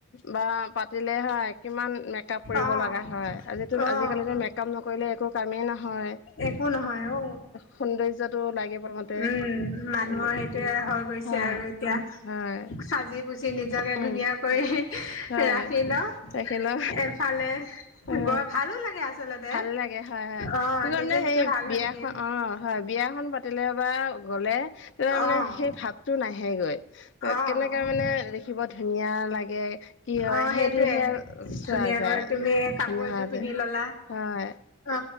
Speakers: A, on the left; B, on the left.
A: বা পাতিলে হয় কিমান মেকাপ কৰিব
B: অ',
A: লগা হয় আজিতো
B: অ',
A: আজিকালিতো মেক কাপ নকৰিলে একো কামেই নহয়।
B: একো নহয় অ
A: সৌন্দৰ্যটো লাগে প্ৰথমতে
B: উম মানুহৰ
A: উম
B: সেইটোৱে হৈ গৈছে
A: হয়
B: আৰু এতিয়া
A: হয়
B: সাজি পুচি নিজকে
A: উম
B: ধুনীয়া কৰি,
A: হয়
B: ৰাখি ন
A: অ‌ হেনকা
B: এফালে
A: অহ,
B: গৈ ভালো লাগে আচলতে।
A: ভাল লাগে হয় হয়
B: অ',
A: তোৰ কাৰণে
B: নিজে যেতিয়া
A: সেই
B: ভাল
A: বিয়াখন
B: হৈ থাকিম
A: অ, হয় বিয়াএখন পাতিলে বা গ'লে তাৰ মানে
B: অ',
A: সেই ভাৱ, টো নাহেগৈ
B: অ',
A: কেনেকে মানে দেখিব ধুনীয়া লাগে। কি হয়
B: অ
A: সেইটোহে
B: সেইটোয়ে
A: চোৱা
B: ধুনীয়াকৈ
A: যায়
B: তুমি কাপোৰ
A: ধুনীয়া
B: এযোৰ
A: হোৱাটো
B: পিন্ধি ললা।
A: হয়
B: অ